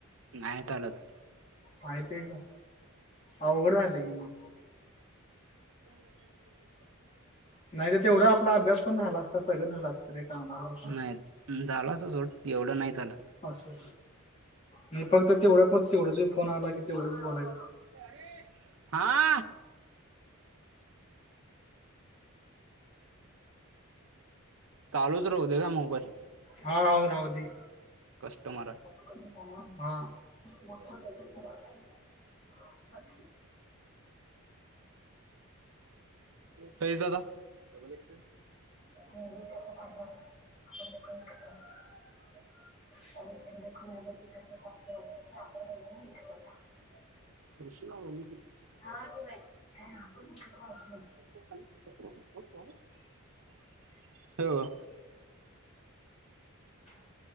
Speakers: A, on the right; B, on the left.
A: नाय चालत.
B: माहित आहे का? अवघड झालेय की मग.
A: हं <inaudible>
B: नाही तर तेवढा आपला अभ्यास पण झाला असता सगळंच झालं असत. तरी कामावर
A: नाही. झालं असलं सोड एवढं नाही झालं.
B: असं, मी फक्त तेवढ्या पूरत तेवढच मी फोन आला की तेवढच बोलायचं.
A: अरे हरेश. हा.. चालूच राहू दे काय मोबाईल.
B: हा हा राहूदे की.
A: कस्टमर आहे.
B: मोठ <inaudible>
A: साईज दादा? Double XL.
B: नाही फाय आप <inaudible> वाटत की आपण <inaudible>
A: प्रश्न आवलीक <unintelligible>
B: हा ते बाय आपण <inaudible>
A: हॅलो!
B: हं <inaudible>